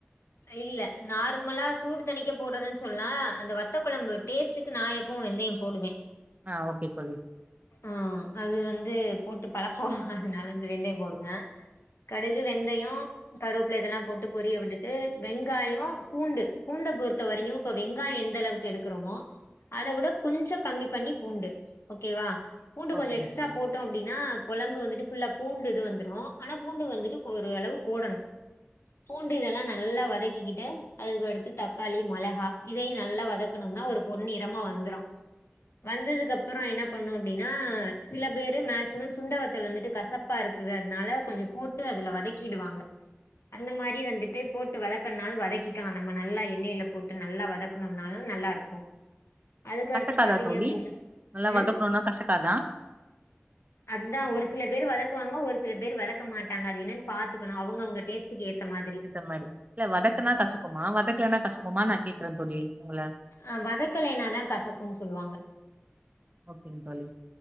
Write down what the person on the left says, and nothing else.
இல்ல நார்மலா சூடு தணிக்க போட்றதுன்னு சொல்லா அந்த வத்த கொழம்பு டேஸ்ட்டுக்கு நா எப்பவு வெந்தயோ போடுவே
ஆ அது வந்து போட்டு பழக்கோ அதுனால வந்து வெந்தயோ போடுவ கடுகு வெந்தயோ கருவேப்புல இதெல்லா போட்டு பொரிய விட்டுட்டு வெங்காயோ பூண்டு பூண்ட பொறுத்த வரையு இப்ப வெங்காயோ எந்த அளவுக்கு எடுக்கறோமோ அத விட கொஞ்சோ கம்மி பண்ணி பூண்டு ஓகேவா பூண்டு
கொஞ்ச எக்ஸ்ட்ரா
போட் ட்டோ அப்டின்னா கொழம்பு வந்துட்டு ஃபுல்லா பூண்டு இது வந்துரு ஆனா பூண்டு வந்துட்டு ஒரு அளவு போடணு பூண்டு இதல்லா நல்லா வதக்கிக்கிட்டு அதுக்கு அடுத்து தக்காளி மொளகா இதையு நல்லா வதக்கணுனா ஒரு பொன்னிறம வந்துரு வந்ததுக்கு அப்புறோ என்ன பண்ணு அப்டின்னா சில பேரு மேக்சிமம் சுண்டவத்தல் வந்துட்டு கசப்ப ப்பா இருக்குது அதுனால கொஞ்ச போட்டு அதுல வதக்கிடுவாங்க அந்த மாரி வந்துட்டு போட்டு வதக்கன்னாலு வதக்கிக்கலா நம்ம நல்லா எண்ணெயில போட்டு நல்லா வதக்கணுனாலு நல்லா இருக்கு அதுக்கடுத்து
பாத்தீங்க
அப்டின்னா
ம்
அதுதா ஒரு சில பேர் வதக்குவாங்க ஒரு சில பேர் வதக்க மாட்டாங்க அது என்னன்னு பாத்துக்கணு அவங்க அவங்க டேஸ்டுக்கு ஏத்த மாதிரி
ஆ வதக்கலைனாதா கசக்குன்னு சொல்லுவாங்க